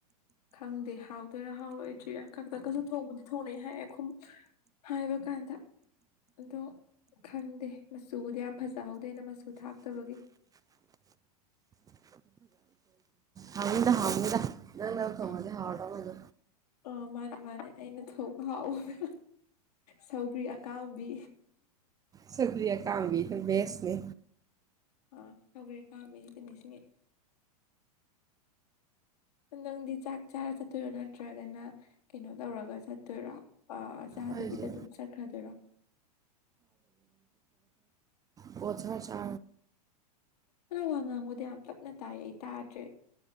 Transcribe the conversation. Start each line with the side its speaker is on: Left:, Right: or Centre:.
Left: ꯈꯡꯗꯦ ꯍꯥꯎꯗꯣꯏꯔꯥ ꯍꯥꯎꯔꯣꯏꯗ꯭ꯔꯤꯔꯥ ꯀꯥꯡ ꯇꯥꯛꯀꯥꯁꯨꯝ ꯊꯣꯡꯕꯗꯤ ꯊꯣꯡꯅꯩ ꯍꯥꯏꯌꯦꯈꯨꯝ ꯍꯥꯏꯕ ꯀꯥꯟꯗ ꯑꯗꯣ ꯈꯡꯗꯦ ꯃꯆꯨꯕꯨꯗꯤ ꯌꯥꯝ ꯐꯖꯍꯧꯗꯦ ꯑꯩꯅ ꯃꯆꯨ ꯊꯥꯛꯇꯕꯒꯤ
Right: ꯍꯥꯎꯅꯤꯗ ꯍꯥꯎꯅꯤꯗ ꯅꯪꯅ ꯊꯣꯡꯉꯗꯤ
Left: ꯑ
Right: ꯍꯥꯎꯔꯗꯧ ꯃꯥꯟꯗꯦ
Left: ꯑ ꯃꯥꯅꯦ ꯃꯥꯅꯦ ꯑꯩꯅ ꯊꯣꯛꯄ ꯍꯥꯎꯎꯕ ꯁꯧꯒ꯭ꯔꯤ ꯑꯀꯥꯝꯕꯤ
Right: ꯁꯀ꯭ꯔꯤꯌꯥ ꯀꯝꯕꯤꯅꯥ ꯅꯦꯁꯅꯤ
Left: ꯑꯥ ꯁꯧꯒꯤ ꯑꯀꯥꯕꯤ ꯀꯅꯤꯁꯤꯉꯦ ꯅꯡꯗꯤ ꯆꯥꯛ ꯆꯥꯔ ꯆꯠꯇꯣꯏꯔꯣ ꯅꯠꯇ꯭ꯔꯒꯅ ꯀꯩꯅꯣ ꯇꯧꯔꯒ ꯆꯠꯇꯣꯏꯔꯣ ꯆꯥꯗꯕꯤꯗ
Right: ꯑꯩꯁꯦ
Left: ꯑꯗꯨꯝ ꯆꯠꯈ꯭ꯔꯗꯣꯏꯔꯣ
Right: ꯑꯣꯊꯔ ꯆꯥ
Left: ꯅꯡ ꯋꯥꯉꯥꯡꯕꯗꯨ ꯌꯥꯝ ꯇꯞꯅ ꯇꯥꯏ ꯑꯩ ꯇꯥꯗ꯭ꯔꯦ